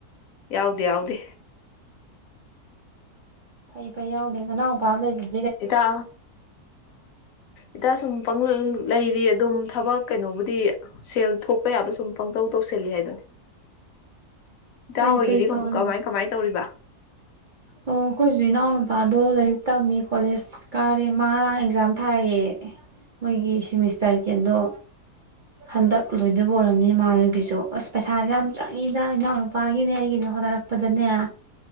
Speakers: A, on the left; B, on the right.
A: ꯌꯥꯎꯗꯦ ꯌꯥꯎꯗꯦ
B: ꯐꯩ ꯐꯩ ꯌꯥꯎꯗꯦ ꯅꯅꯥꯎꯄꯥ ꯑꯃ ꯂꯩꯕ
A: <unintelligible> ꯏꯇꯥ ꯏꯇꯥ ꯁꯨꯝ ꯄꯪꯂꯩ ꯂꯩꯔꯤ ꯑꯗꯨꯝ ꯊꯕꯛ ꯀꯩꯅꯣꯕꯨꯗꯤ ꯁꯦꯜ ꯊꯣꯛꯄ ꯌꯥꯕ ꯁꯨꯝ ꯄꯪꯇꯧ ꯇꯧꯁꯜꯂꯤ ꯍꯥꯏꯗꯨꯅꯤ ꯏꯇꯥ
B: ꯐꯩ
A: ꯍꯣꯏꯒꯤꯗꯤ
B: ꯐꯩ ꯇꯧꯔꯤꯅ
A: ꯀꯃꯥꯏ ꯀꯃꯥꯏꯅ ꯇꯧꯔꯤꯕ
B: ꯑꯣ ꯑꯩꯈꯣꯏꯁꯨ ꯏꯅꯥꯎꯅꯨꯄꯥꯗꯣ ꯂꯥꯏꯔꯤꯛ ꯇꯝꯃꯤ ꯀꯣꯂꯦꯖ ꯀꯥꯔꯦ ꯃꯥ ꯉꯔꯥꯡ ꯑꯦꯛꯖꯥꯝ ꯊꯥꯏꯌꯦ ꯃꯣꯏꯒꯤ ꯁꯤꯃꯤꯁꯇꯔꯒꯤ ꯑꯗꯣ ꯍꯟꯗꯛ ꯂꯣꯏꯗꯕ ꯑꯣꯏꯔꯝꯅꯤ ꯃꯥꯒꯤꯁꯨ ꯑꯁ ꯄꯩꯁꯥꯁꯦ ꯌꯥꯝ ꯆꯪꯉꯤꯗ ꯏꯅꯥꯎꯅꯨꯄꯥꯒꯤꯅꯦ ꯑꯩꯒꯤꯅꯦ ꯍꯣꯠꯅꯔꯛꯄꯗꯅꯦ